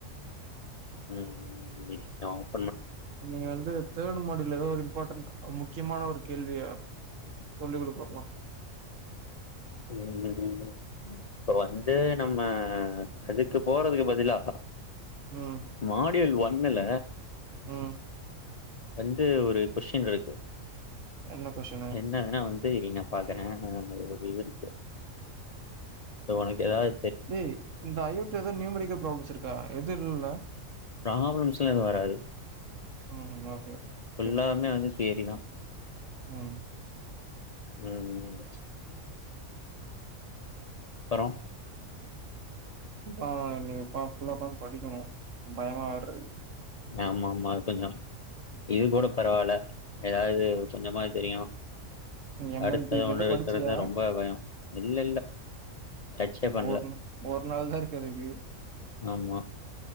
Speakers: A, on the left; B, on the right.
A: உம் ம் <unintelligible>
B: நீ வந்து தேர்டு மாடல் ல்ல எதோ ஒரு இம்பார்டன்ட் அ முக்கியமான ஒரு கேள்விய சொல்லி குடுபாப்ப
A: உம் ம் ம் ப்ப வந்து நம்ம அதுக்கு போறதுகு பதுலா
B: ம்
A: மாடியல் ஒன்னுல
B: ம்
A: வந்து ஒரு கொஷ்டின் இருக்கு
B: என்ன கொஸ்டினு
A: என்னதுனா வந்து இ நா பாக்குற <unintelligible> க்கு ஒனக்கு எதாது
B: டேய் இந்த அயோட் எதோ நியூமரிக்கள் ப்ராப்ளம் ச்சிருக்கா எது இல்ல
A: ப்ராப்லம்ஸ்ல்லா எதுவு வராது
B: ம்‌ ஓகே ஓகே.
A: ஃபுல்லாமே
B: சரி, சரி.
A: வந்து தியரிதா
B: ம்.
A: ம் அப்றோ
B: அ இன்னிக்கி பாக்குணு உக்காந்து படிக்கிணு பயமா வேற இருக்கு
A: ஆமாமா அது கொஞ்சோ இது கூட பரவால்ல எதாவது கொஞ்சமாவது தெரியு
B: எம்.எல்.டி
A: அடுத்தது
B: இப்ப
A: ஒண்ணு இருக்கறது
B: படிச்சியா?
A: ரொம்ப பயோ இல்லல்ல டச்சே பண்ல
B: ஒரு நா ஒரு நாள் தான் இருக்கு அதுக்கு.
A: ஆமா